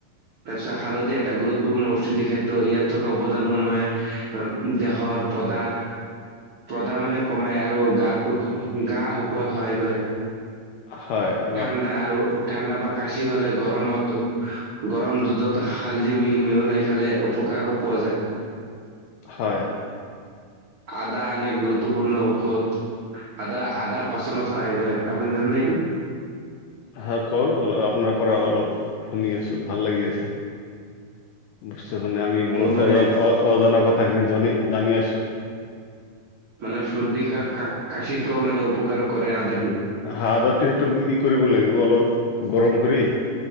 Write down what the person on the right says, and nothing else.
তাৰপিছত, হালধি এটা গুৰুত্বপূৰ্ণ ঔষধি খাদ্য। ইয়াত থকা উপদানসমূহে দেহত সৰপদা প্ৰধা মানে কমাই আৰু গাটোক গা শুকোৱাত সহায় কৰে।
ঠাণ্ডা আৰু ঠাণ্ডা বা কাচি হলে, গৰমত গৰম দুধত হালদি মিহি মিহলাই খালে উপ কাৰ পোৱা যায়।
আদা আন গুৰুত্ব গুৰুত্বপূৰ্ণ ঔষধ, আদা, আদা পাচনত সহায় কৰে। আপুনি জানেনে এইটো?
আৰু মানে
মানে সৰ্দি কা কাশিতো মানে উপকাৰ কৰে আদাটো